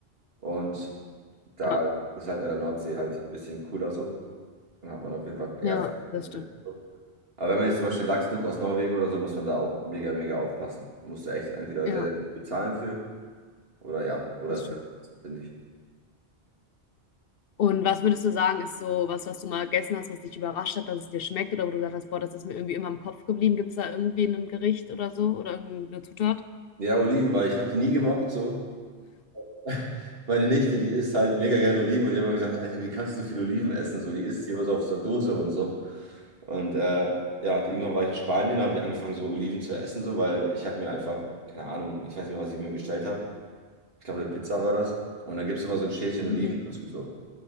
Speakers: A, on the right; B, on the left.
A: und da
B: Ja,
A: ist halt in der Nordsee halt ein bisschen cooler so. Dann hat man auf jeden Fall
B: ja,
A: eher Fisch
B: das
A: und Fisch.
B: stimmt.
A: Aber wenn man jetzt zum Beispiel Lachs nimmt aus Norwegen oder so, muss man da auch mega, mega aufpassen. Musst du echt entweder
B: Ja,
A: sehr, sehr viel bezahlen für oder ja, oder
B: das
A: es
B: stimmt.
A: kann passen, finde ich.
B: Und was würdest du sagen, ist so was, was du mal gegessen hast, was dich überrascht hat, dass es dir schmeckt oder wo du gesagt hast, boah, das ist mir irgendwie immer im Kopf geblieben. Gibt es da irgendwie ein Gericht oder so oder irgendeine Zutat?
A: Ja, Oliven, weil ich habe die nie gemocht so. <laughs> Meine Nichte, die isst halt mega gerne Oliven und ich habe immer gesagt, Alter, wie kannst du so viel Oliven essen? So, die isst die immer so auf der Dose und so. Und äh, ja, irgendwann war ich in Spanien, da habe ich angefangen, so Oliven zu essen, so, weil ich habe mir einfach, keine Ahnung, ich weiß nicht mehr, was ich mir bestellt habe. ich glaube, eine Pizza war das. Und dann gibt es immer so ein Schälchen Oliven
B: Mhm.
A: dazu so.